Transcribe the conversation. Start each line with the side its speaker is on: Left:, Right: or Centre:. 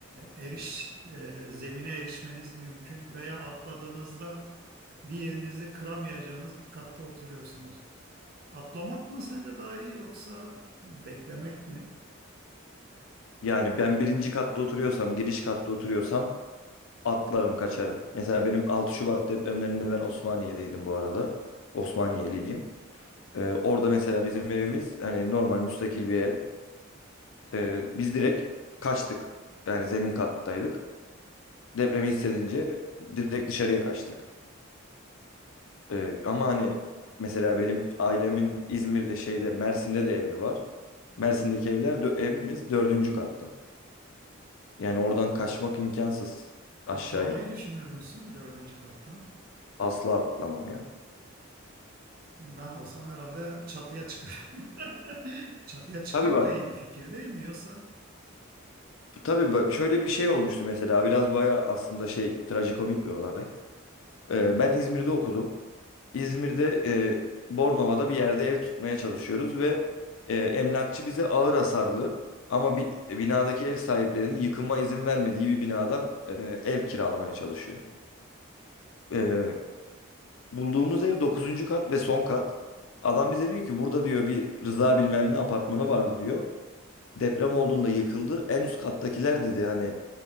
Right: eriş e, zemine erişmeniz mümkün veya atladığınızda bir yerinizi kıramayacağınız bir katta oturuyorsunuz. Atlamak mı sence daha iyi yoksa beklemek mi?
Left: Yani ben birinci katta oturuyorsam, giriş katta oturuyorsam atlarım, kaçarım. Mesela benim 6 Şubat depremlerinde ben Osmaniye'deydim bu arada. Osmaniyeliyim. Ee, orada mesela bizim evimiz hani normal müstakil bir ev. Ee, biz direkt kaçtık. Yani zemin kattaydık. Depremi hissedince direkt dışarıya kaçtık. Ee, ama hani mesela benim ailemin İzmir e, şeyde Mersin'de de evi var. Mersin'deki evler dö- evimiz dördüncü katta. Yani oradan kaçmak imkansız aşağıya.
Right: Atlamayı düşünür müsün dördüncü kattan?
Left: Asla atlamam ya.
Right: Ben olsam herhalde çatıya çıkarım. <laughs> Çatıya çıkmak
Left: Tabii bak
Right: da iyi bir fikir değil mi yoksa?
Left: Tabii bak şöyle bir şey olmuştu mesela biraz bayağı aslında şey trajikomik bir olay. Ee, ben İzmir'de okudum. İzmir'de e, Bornova'da bir yerde ev tutmaya çalışıyoruz ve e, emlakçı bize ağır hasarlı ama bi- binadaki ev sahiplerinin yıkıma izin vermediği bir binadan e, ev kiralamaya çalışıyor. Ee, bulduğumuz ev dokuzuncu kat ve son kat. Adam bize diyor ki burada diyor bir Rıza bilmem ne apartmanı vardı diyor. Deprem olduğunda yıkıldı. En üst kattakiler dedi hani